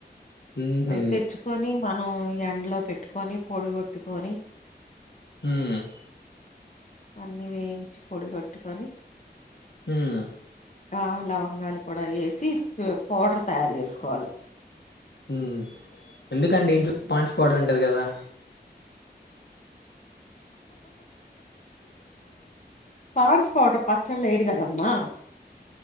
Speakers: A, on the left (about 75°); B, on the left (about 45°).
A: హుహు.
B: అయి తెచ్చుకొని మనం ఎండ్లో పెట్టుకొని పొడిగొట్టుకొని
A: ఉమ్
B: అన్ని వేయించి పొడిగొట్టుకొని
A: ఉమ్మ్మ్
B: ఆ లవంగాలు కూడ ఏసి పొ పౌడర్ తయార్ చేస్కోవాలి
A: ఊ ఎందుకండి
B: ఉమ్
A: ఇంట్లో పాన్స్ పౌడర్ ఉంటది గదా
B: పాండ్స్ పౌడర్ ప సోల్ లెర్ కదమ్మా